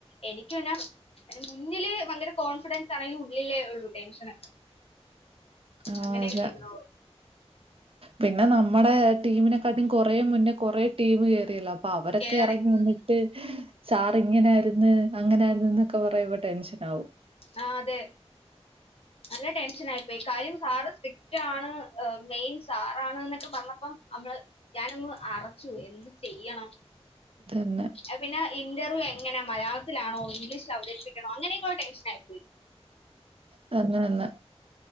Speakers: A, on the left; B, on the right.
A: എനിക്ക്ദ മുന്നില് ഭയങ്കര കോൺഫിഡൻസ് ആണെങ്കിലും ഉള്ളിലേ ഉള്ളൂ ടെൻഷന്
B: ആഹ്
A: അങ്ങനെ
B: അതെ
A: പേരുനോവോ
B: പിന്നെ നമ്മുടെ ടീമിനെക്കാട്ടീം കൊറ മുന്നേ കൊറേ ടീമ കേയറിയല്ലോ അപ്പൊ അവരൊക്കെ
A: കേറി
B: ഇറങ്ങി
A: ഉം.
B: വന്നിട്ട് സാർ ഇങ്ങനയിരന്ന് അങ്ങനയിരന്ന എന്നൊക്കെ പറയുമ്പോ ടെൻഷൻ ആകും
A: ആ അതെ നല്ല ടെൻഷൻ ആയിപ്പോയി കാര്യം സാറ് സ്ട്രിക്റ്റ് ആണ് മെയിൻ സാറാണ് എന്നൊക്കെ പറഞ്ഞപ്പം നമ്മള് ഞാനങ് അറച്ചു എന്ത് ചെയ്യണം
B: തന്നെ
A: അ പിന്നെ ഇന്റർവ്യൂ എങ്ങനെ മലയാളത്തിലാണോ ഇംഗ്ലീഷിൽ അവതരിപ്പിക്കണോ അങ്ങനെയൊക്കെ ടെൻഷൻ ആായി പോയി
B: തന്നെ തന്നെ